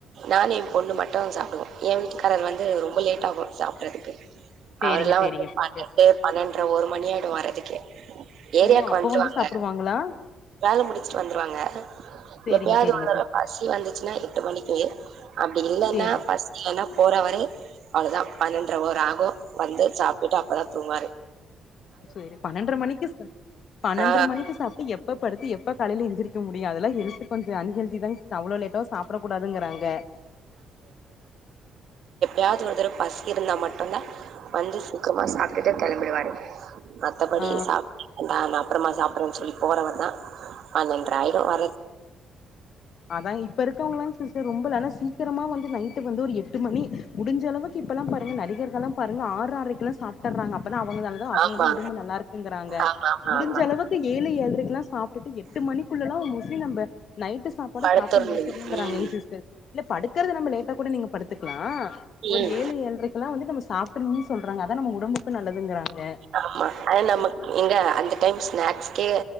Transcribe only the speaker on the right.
நானு என் பொண்ணு மட்டு சாப்பிடுவோ யே வீட்டுக்காரர் வந்து ரொம்ப லேட் டாகு சாப்பிடறதுக்கு
அவர்லா
வந்து
பன்னெண்டு பன்னெண்ட்ர ஒரு மணியயிடும் வர்றதுக்கு ஏரியாக்கு
வந்துடுவாங்க
வேல முடிச்சுட்டு வந்துருவாங்க
எப்பயாவது
ஒரு தரவ
பசி வந்துச்சுன்னா எட்டு மணிக்கு அப்படி இல்லன்னா
பசி இல்லன்னா போறவரு அவ்ளோதா பன்னெண்ட ஒரு ஆகு வந்து சாப்பிடுட்டு அப்பதா தூங்குவாரு
ஆ
யாவது ஒரு தடவ பசி இருந்தா மட்டும்தா வந்து சீக்கிரமா சாப்டுட்டு கிளம்பிடுவாரு மத்தபடி
<inaudible> அப்றமா சாப்பிட்றோன்னு சொல்லி போறவறு தா பண்ணேன்ற ஆயிட்டு வரது
ஆமா
ஆமா ஆமா
ஆமா
படுத்துருணும்
ம்
ம்
ஆமா. ஆனா நமக்கு எங்க அந்த டைம் ஸ்நாக்ஸ்கே